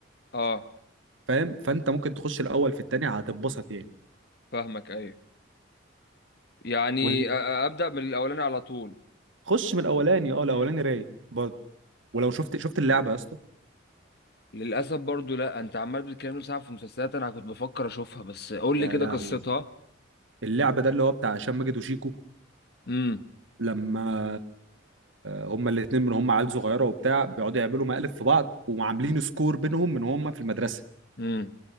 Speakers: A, on the left; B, on the right.
A: اه
B: فاهم فانت ممكن تخش الاول في التاني هتتبسط يعني
A: فاهمك ايوه يعني
B: وال...
A: أ- أ- ابدا من الاولاني على طول
B: خش من الاولاني اه الاولاني
A: امم
B: رايق برضو ولو شفت شفت اللعبه يا اسطى
A: للاسف برضو لا انت عمال بتتكلم ساعة في مسلسلات انا كنت بفكر اشوفها بس قول
B: يا
A: لي كده
B: لهوي
A: قصتها
B: اللعبه ده اللي هو بتاع هشام ماجد وشيكو
A: امم
B: لما هما الاتنين من هما عيال صغيره وبتاع بيقعدوا يعملوا مقالب في بعض وعاملين سكور بينهم من هما في المدرسه
A: امم